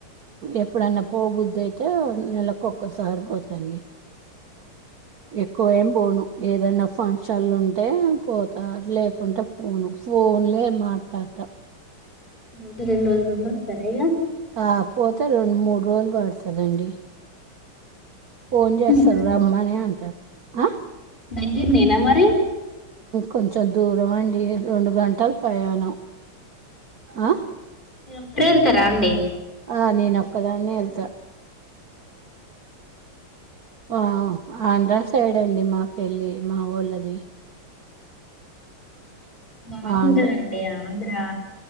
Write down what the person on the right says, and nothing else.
ఎప్పుడన్నా పో బుద్ధి అయితే నెలకొకసారి పోతాం ఎక్కువ ఏం పోను ఏదైనా ఫంక్షన్లు ఉంటే పోతా లేకుంటే పోను ఫోన్లే మాట్లాడత
ఆ పోతే రెండు మూడు రోజులు పడుతుదండి ఫోన్
చేస్తారు రమ్మనే అంటారు ఆ
కొంచెం దూరమండి రెండు గంటలు పయనం ఆ
ఆ నేన ఒక్కదాన్నే వెళ్తా ఆ ఆంధ్ర సైడ్ అండి మాకెళ్లి మా ఊళ్ళది
ఆంధ్ర